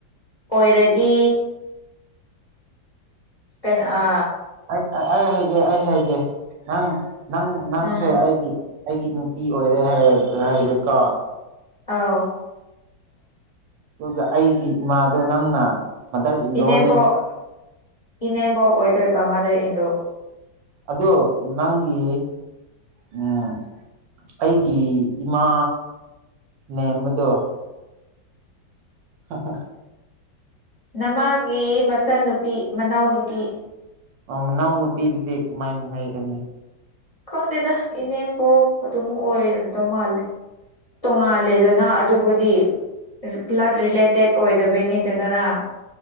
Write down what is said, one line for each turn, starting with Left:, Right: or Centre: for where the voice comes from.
Left: ꯑꯣꯏꯔꯗꯤ ꯀꯩꯅꯣ ꯑ
Right: ꯑꯩ ꯑꯩ ꯍꯥꯏꯒꯦ ꯑꯩ ꯍꯥꯏꯒꯦ ꯅꯪ ꯅꯪ ꯅꯪꯁꯦ
Left: ꯎꯝ
Right: ꯑꯩꯒꯤ ꯑꯩꯒꯤ ꯅꯨꯄꯤ ꯑꯣꯏꯔꯦ ꯍꯥꯢꯌꯦ ꯍꯩꯔꯦꯀꯥ
Left: ꯑꯥꯎ
Right: ꯑꯗꯨꯒ ꯑꯩꯒꯤ ꯏꯃꯥꯗꯣ ꯅꯪꯅ ꯃꯥꯗꯔ ꯏꯟꯂꯣꯅꯦꯕ
Left: ꯏꯅꯦꯝꯕꯣꯛ ꯏꯅꯦꯝꯕꯣꯛ ꯑꯣꯏꯗꯣꯏꯕ ꯃꯥꯗꯔ ꯏꯟꯂꯣ
Right: ꯑꯗꯣ ꯅꯪꯒꯤ ꯎꯝ ꯑꯩꯒꯤ ꯏꯃꯥ ꯅꯦꯝꯕꯗꯣ ꯍ ꯍ
Left: ꯅꯃꯥꯒꯤ ꯃꯆꯟꯅꯨꯄꯤ ꯃꯅꯥꯎꯅꯨꯄꯤ
Right: ꯃꯅꯥꯎꯅꯨꯄꯤꯗꯨꯗꯤ ꯀꯃꯥꯏꯅ ꯍꯥꯏꯔꯛꯅꯤ
Left: ꯈꯪꯗꯦꯗ ꯏꯅꯦꯝꯕꯣꯛ ꯑꯗꯨꯝ ꯑꯣꯏꯔꯝꯗꯧ ꯃꯥꯜꯂꯦ ꯇꯣꯉꯥꯜꯂꯦꯗꯅ ꯑꯗꯨꯕꯨꯗꯤ ꯕ꯭ꯂꯠ ꯔꯤꯂꯦꯇꯦꯠ ꯑꯣꯏꯗꯕꯩꯅꯤꯗꯗꯅ